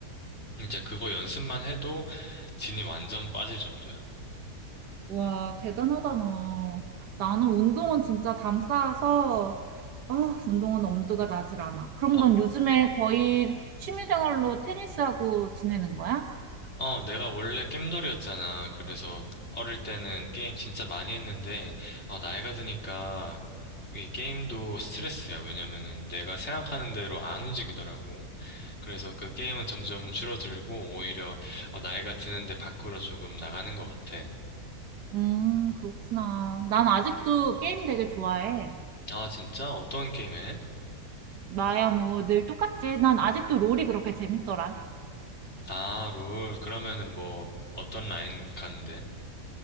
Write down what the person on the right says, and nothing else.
와, 대단하다, 너. 나는 운동은 진짜 담 쌓아서, 아, 운동은 엄두가 나질 않아. 그럼
넌 요즘에 거의 취미생활로 테니스하고 지내는 거야?
음, 그렇구나. 난 아직도 게임 되게 좋아해.
나야 뭐 늘 똑같지. 난 아직도 롤이 그렇게 재밌더라.